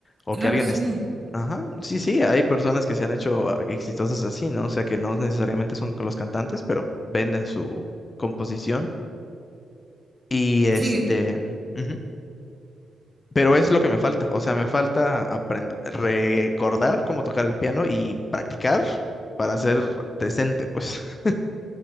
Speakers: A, on the left; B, on the right.
A: o
B: claro,
A: que alguien...
B: sí.
A: es- Ajá, sí, sí, hay personas que se han hecho ah, exitosas así, ¿no? O sea, que no necesariamente son los cantantes, pero venden su composición. Y este...
B: Sí,
A: ujú. Pero es lo que me falta. O sea, me falta aprender, recordar cómo tocar el piano y practicar para ser decente, pues. <laughs>